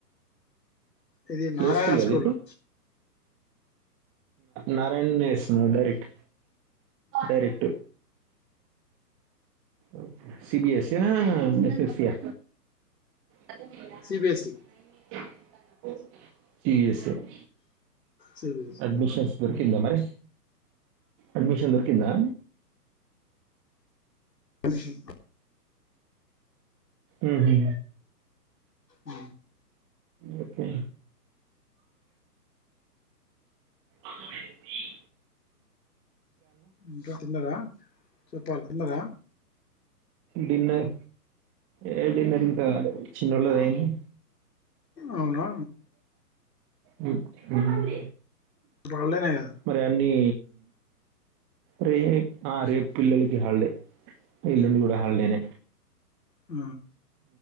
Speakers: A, on the left; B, on the right.
A: ఇది
B: ప్లే
A: నారాయణ
B: స్కూల్ గదా
A: స్కూలు
B: నారాయణ వేస్తున్నారు డైరెక్ట్ డైరెక్ట్ ఓకే సీబీఎస్ యా ఎస్ఎస్సి ఆ అదే <unintelligible>
A: సిబిఎస్ఈ
B: సీబీఎస్ఈ ఆ
A: సిబిఎస్ఈ
B: అడ్మిషన్స్ దొరికిందా మరి అడ్మిషన్ దొరికిందా
A: అడ్మిషన్
B: ఉహూ
A: ఉ
B: ఓకే అవు <unintelligible>
A: ఇంకా తిన్నరా చెప్పాలి తిన్నరా
B: డిన్నర్ ఏ డిన్నర్ ఇంకా కాలేదు చిన్నోళ్లది అయింది
A: అవునా
B: ఉమ్, ఉమ్.
A: పర్లేదు కద
B: మరి అన్నీ రే ఆ రేపు పిల్లలకి హల్ిడే ఎల్లుండి కూడా హాలిడేనే
A: అ